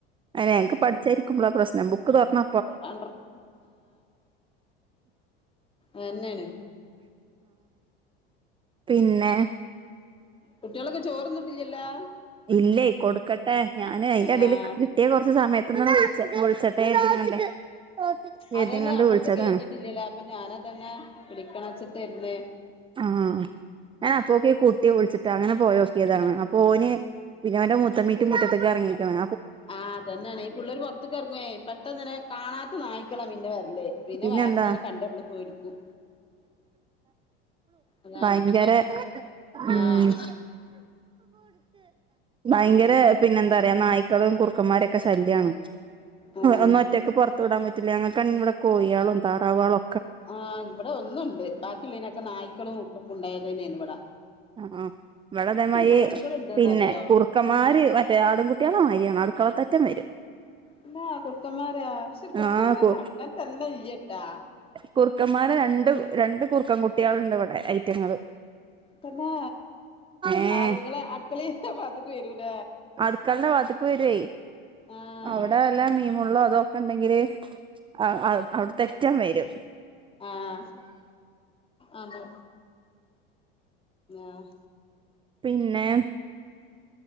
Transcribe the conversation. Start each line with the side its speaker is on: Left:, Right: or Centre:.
Right: തന്നെ എനിക്ക് പഠിച്ചായിരിക്കുമ്പോള ആ പ്രശ്നം ബുക്ക് തുറന്ന
Left: ആ അതെന്നാണ്
Right: പിന്നെ
Left: കുട്ടികളൊക്കെ ചോറുംന്നിട്ടില്ലല്ലോ
Right: ഇല്ലേ കൊടുക്കട്ടെ ഞാന് അയിന്റെ ഇടിയിൽ
Left: ആഹ്
Right: കിട്ടിയ കുറച്ച് സമയത്ത്ന്നാ വിളിച്ചെ വിളിച്ചെ <unintelligible> കരുതിങ്ങാണ്ട്
Left: അത് തന്നെ നമ്മളത്
Right: വിളിച്ചതാണ്
Left: കഴിഞ്ഞിട്ടില്ലല്ലേ അപ്പൊ ഞാാനതനെ വിളിക്കണ വെച്ചിട്ടുന്നേ
Right: ആഹ ഞാ അപ്പപ്പോ ക്ക കുട്ടി വിളിച്ചിട്ട് അങ്ങനെ പോയോക്കിയതാണ് അപ്പൊ ഓന് പിവന്റെ മു മത്ത മീറ്റ മുറ്റത്തക്ക ഇറങ്ങയിക്കണ്
Left: ആഹ് അതന്നാണ് ഈ പിള്ളേര് പുറത്ത ക ഇറങ്ങുവേ പെട്ടെന്ന് തന്നെ കാണാത്ത നായി്ക്കളാം വീന്റെ വേരെ ല്ലേ പിന്നെ
Right: പിന്നെന്താ
Left: വേറെ എന്തൊയിലും കണ്ട എവിള് പേടിക്കും അതാണ്
Right: ഭയങ്കര ഉം
Left: ആഹ്
Right: ഭയങ്കര
Left: ഉം
Right: പിന്നെന്താ പറയാ നായ് ക്കളും കുർുക്കന്മാരൊക്കെ ശല്യമാണ്
Left: ആഹ്
Right: ഒന്ന ഒറ്റയ്ക്ക് പുറത്തു വിടാൻ പറ്റില്ല ങ്ങ ഇ കോയിയാളും താറാവാളോ
Left: ആഹ ഇവിടെ ഒന്നുണ്ട് ബാക്കിള്ളനൊക്കെ നായ്ക്കളും ഉക്ക ഒക്കെ ഉണ്ടായത് തന്നെയാണ് ഇവിടെ
Right: ആ ആ ഇവിടെ അതേമാതിരി
Left: നായ്ക്കള്ണ്ട്ന്നറിയോ
Right: പിന്നെ കുറുക്കന്മാര്
Left: ഉം
Right: മറ്റേ ആടുംകുട്ടികളെ മാരിയാണ് അക്കളത്തറ്റം വരും
Left: ഇല്ലാ കുറുക്കന്മാരാ പക്ഷെ കുറുക്കന്മാര്
Right: ആഹ് കു
Left: അങ്ങനത്തെല്ല ഇയ്യട്ടാ
Right: കുർക്കന്മാര് രണ്ട് രണ്ട് കുറുക്കൻ കുട്ടികളുണ്ട് ഇവിടെ ഐറ്റങ്ങള്
Left: പിന്നെ
Right: ഏഹ്
Left: അതുങ്ങളെ അടുക്കള പാത്തക്ക വരൂല
Right: അടുക്കളന്റെ വാതുക്ക് വരുവായി
Left: ആഹ്
Right: അവിടെ വല്ല മീമുള്ളോ അതൊക്കെ ഉണ്ടെങ്കില് ആ അവിടെ തെറ്റം വരും
Left: ആഹ അതെ ആഹ്
Right: പിന്നെ